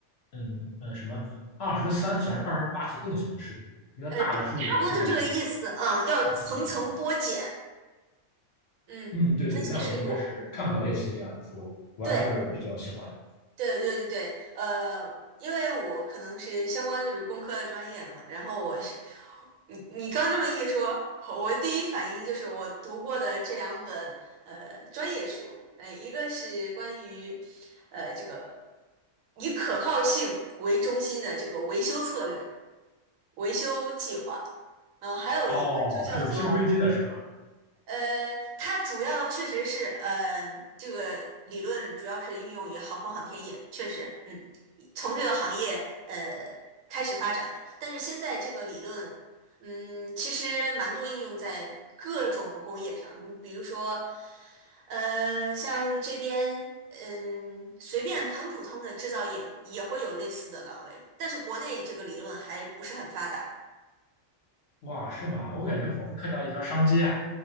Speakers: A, on the left (about 60°); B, on the right (about 85°).
A: 嗯嗯，什么二十三起还是二十八起更小的事故，一个大的事故后面有
B: 呃，呃对，差不多就这个意思。啊，要层层剥茧，
A: 支支点，是是这样
B: 嗯，
A: 嗯，对对，
B: 分析事故。
A: 那我应该是看过类似这样的书，我还是比较喜欢的。
B: 对，对对对对，呃，因为我可能是相关就是工科的专业嘛，然后我，<laughs> 你你刚这么一说，我第一反应就是我读过的这两本呃专业书，呃，一个是关于呃这个以可靠性为中心的这个维修策略、维修计划，然后还有一个就叫做
A: 哦，是修飞机的是吧？
B: 呃，它主要确实是，呃，这个理论主要是运用于航空航天业，确实，嗯，从这个行业呃开始发展的。但是现在这个理论，嗯，其实蛮多应用在各种工业上，你比如说，呃，像这边，嗯，随便很普通的制造业也会有类似的岗位，但是国内这个理论还不是很发达。
A: 哇，是吗？我感觉仿佛看到一条商机啊！
B: 嗯。